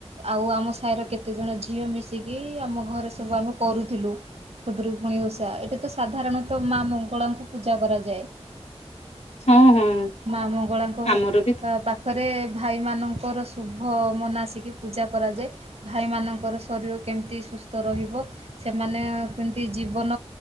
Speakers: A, on the right; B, on the left.
A: ଆଉ ଆମ ସାହିର କେତେଜଣ ଝିଅ ମିଶିକି, ଆମ ଘରେ ସବୁ ଆମେ କରୁଥିଲୁ ଖୁଦୁରୁକୁଣୀ ଓଷା ଏଠି ତ ସାଧାରଣତଃ ମା ମଙ୍ଗଳାଙ୍କୁ ପୂଜା କରାଯାଏ।
B: ହଁ ହଁ
A: ମା ମଙ୍ଗଳାଙ୍କ
B: ଆମର ବି
A: ପାଖରେ ଭାଇ ମାନଙ୍କର ଶୁଭ ମନାସିକି ପୂଜା କରାଯାଏ। ଭାଇମାନଙ୍କର ଶରୀର କେମିତି ସୁସ୍ଥ ରହିବ। ସେମାନେ କେମିତି ଜୀବନ